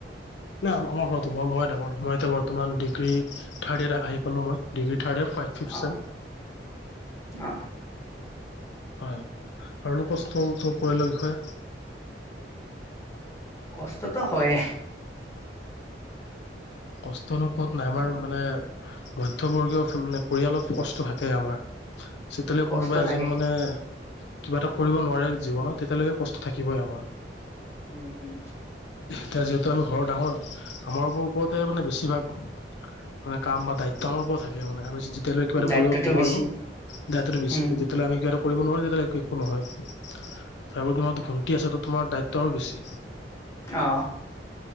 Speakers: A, on the left (about 70°); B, on the left (about 15°).
A: নাই আমাৰ ঘৰত মই ডাঙৰ মই এতিয়া বৰ্তমান ডিগ্ৰী থ্ডয় আহি পালো মই। Third five fifteen.
B: অ অ
A: হয় আৰুনো কষ্টটো পৰিলে বিষয়ে।
B: কষ্টতো হয়।
A: কষ্টনো ক'ত নাই আমাৰ মানে মধ্যবৰ্গীয় মানে পৰিয়ালত কষ্ট থাকে আমাৰ। চতিয়ালৈ
B: কষ্ট
A: কোনোবা এজন
B: থাকে।
A: মানে কিবা এটা কৰিব নোৱাৰে জীৱনত তেতিয়ালৈকে কষ্ট থাকিবই আমাৰ।
B: উম উম।
A: এতিয়া যিহেতু আমি ঘৰৰ ডাঙৰ। আমাৰ ওপৰতে মানে বেছিভাগ মানে কাম বা দায়িত্ব আম ওপৰত থাকে মানে আমি যেতিয়ালৈলে কিবা এটা
B: দায়িত্বটো
A: কৰিব নোৱাৰো
B: বেছি
A: দায়িত্বতো বেছি
B: উম
A: যেতিয়ালৈলে আমি কিব এটা কৰিব নোৱাৰো তেতিয়াহলে। একো নহয় তাৰপৰি তোমাৰো ভণ্টি আছে তো তোমাৰ দায়িত্ব আৰু বেছি।
B: অ